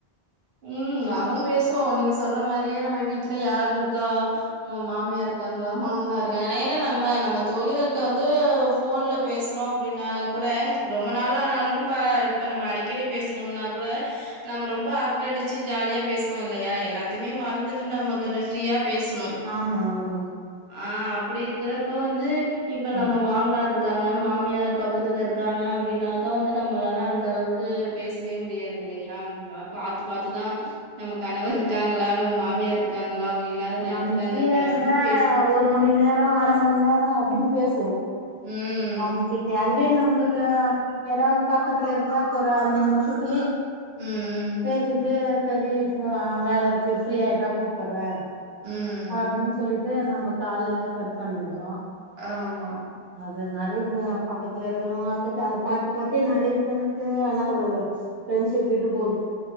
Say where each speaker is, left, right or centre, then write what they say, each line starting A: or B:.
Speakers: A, on the right; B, on the right.
A: ம் நாங்களும் பேசுவோ நீங்க சொல்ற மாறியே நம்ம வீட்ல யார் இருக்கா நம்ம மாமியா இருக்காங்களா மாமனார் இருக்காங்களா ஏன்னா நம்ம நம்ம தோழிகள்ட்ட வந்து ஃபோன்ல பேசறோ அப்டின்னா கூட ரொம்ப நாள் ஆனாலுமே பா இப்ப நம்ம அடிக்கடி பேசம்ன்னா கூட நம்ம ரொம்ப அர் டடிச்சு ஜாலியா பேசுவோ இல்லையா எல்லாத்தையுமே மறந்துட்டு நம்ம கொஞ்சோ ஃப்ரீயா பேசணு
B: ஆமா ஆமா
A: அ அப்டி இருக்கிறப்ப வந்து இப்ப
B: ம்
A: நம்ம மாமனாரு க்காங்க மாமியார் பக்கத்துல இருக்காங்க அப்டினாக்கா வந்து நம்மளால அந்த அளவுக்கு பேசவே முடியாது இல்லையா அதுமாரி பாத்து பாத்துதா நம்ம கணவர் இருக்காங்ளா நம்ம மாமியார் இருக் காங்களா அவங்க இல்லாத
B: இப்ப
A: நேரத்துல
B: நம்ம ஃப்ரீயா
A: கலகலன்னு
B: இருந்தா
A: பேசுவோ
B: ஒரு மணி நேரோ அரமண் நேரோ அப்டின்னு பேசுவோ
A: ம்.
B: அவங்கிட்ட அதுவே நம்ளுக்கு யாராவது பக்கத்துல இருந்தாக் ஒரு அஞ்சு நிமிஷத்திலே
A: ம்.
B: பேசிட்டு செரி இப்ப வேல இருக்கு ஃப்ரீ ஆயிட்டா கூப்பறே
A: ம்.
B: அப்டின்னு சொல்லிட்டு நம்ம கால கட் பண்ணிறோ
A: ஆ ஆமா
B: அது நெறைய பக்கத்துல இருக்கிறவங்க அக்கத் அத பாத்து பாத்தே நெறைய ஃப்ண்ஸ்சுங்க என்ன சொல்றது ஃப்ரெண்ட்ஷிப் விட்டு போது